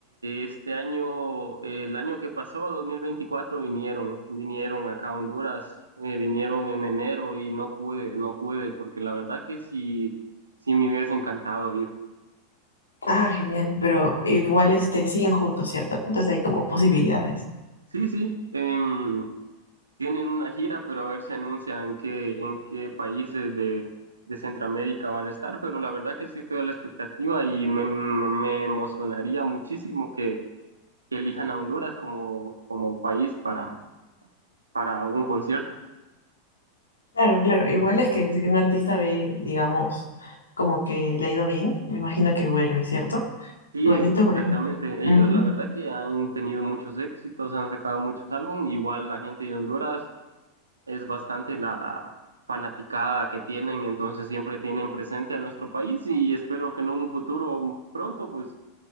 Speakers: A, on the right; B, on the left.
A: eh, este año, eh, el año que pasó, 2024 vinieron, vinieron acá a Honduras, eh, vinieron en enero y no pude, no pude, porque la verdad que sí, sí me hubiese encantado ir.
B: Ah, genial, pero igual este, siguen juntos, ¿cierto? Entonces hay como posibilidades.
A: Sí, sí. em, Tienen una gira, pero a ver si anuncian qué, en qué países de, de Centroamérica van a estar. Pero la verdad que sí estoy a la expectativa y me, me emocionaría muchísimo que, que elijan a Honduras como, como país para, para un concierto.
B: Claro, claro, igual es que si un artista ve, digamos, como que le ha ido bien, me imagino que vuelve, ¿cierto?
A: Sí,
B: Igualito,
A: exactamente.
B: por ejemplo.
A: Ellos
B: Ujú.
A: la verdad que han tenido muchos éxitos, han sacado muchos álbumes. Igual la gente de Honduras es bastante la fanaticada que tienen, entonces siempre tienen presente a nuestro país y espero que en un futuro pronto pues